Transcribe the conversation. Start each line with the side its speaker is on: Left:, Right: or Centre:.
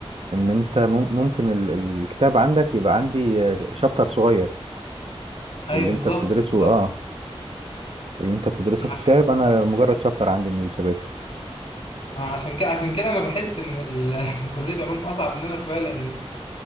Right: ان انت مم- ممكن ال- ال- الكتاب عندك يبقى عندي شابتر صغير
Left: ايوه
Right: اللي
Left: بالظبط
Right: انت بتدرسه
Left: بالظبط
Right: اه اللي انت بتدرسه في
Left: عشان
Right: كتاب انا مجرد شابتر عندي من الشباتر
Left: عشان كده عشان كده انا بحس ان ال- <laughs> كليه علوم اصعب مننا شويه لان